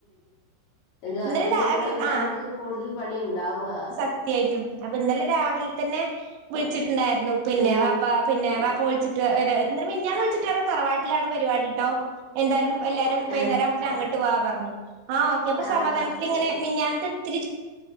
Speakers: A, on the left; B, on the right.
A: എന്തോ അവരൊക്കെ
B: ഇന്നലെ രാവിലെ
A: വരുന്ന സമയത്താണമ്മക്ക്
B: ആഹ്
A: കൂടുതൽ പണി ഇണ്ടാവുക.
B: സത്യായിട്ടും അപ്പൊ ഇന്നലെ രാവിലെതന്നെ വിളിച്ചിട്ടുണ്ടായിരുന്നു പിന്നെ
A: ഉം
B: വാ പ്പ പിന്നെ വാപ്പ വിളിച്ചിട്ട് വരാ ന്നിട്ട് മിഞ്ഞാന്ന് വിളിച്ചിട്ടർഞ്ഞു തറവാട്ടിലാണ് പരിവാടിട്ടോ എന്തായാലും എല്ലാരും
A: ആഹ്
B: വൈന്നേരാവുംബത്തിന് അങ്ട്ട് വാ പറഞ്ഞു. ആഹ് ഓക്കെ അപ്പോ സമാധാനത്തിലിങ്ങനെ
A: ആണോ
B: മിഞ്ഞാന്നത്തെത്തിരി